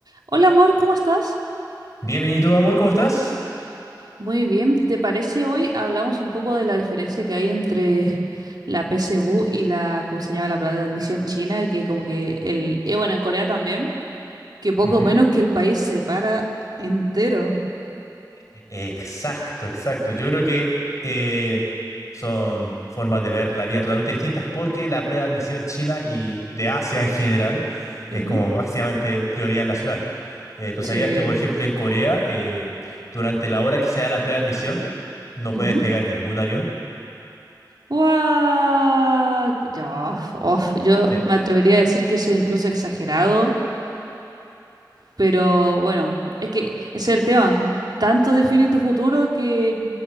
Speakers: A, on the right; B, on the left.
A: Hola amor, ¿cómo estás?
B: Bien, bien, ¿y tú, amor, cómo estás?
A: Muy bien, ¿te parece hoy hablamos un poco de la diferencia que hay entre la PSU y la, ¿cómo se llama? La plata de admisión china, que como que el, eh, bueno, en Corea también, que poco
B: Ujú.
A: menos que el país se para entero.
B: Exacto, exacto. Yo creo que eh, son formas de ver la vida totalmente distintas porque la prueba de admisión china y de Asia en general es
A: Ujú.
B: como básicamente prioridad nacional. Eh, tú
A: Sí.
B: sabías que, por ejemplo, en Corea, eh, durante la hora que se da la prueba de admisión, no
A: Ujú.
B: puede despegar ningún avión.
A: Guau, Yo, of, yo
B: Sí.
A: me atrevería a decir que eso es incluso exagerado, pero bueno, es que ese es el tema. Tanto define tu futuro que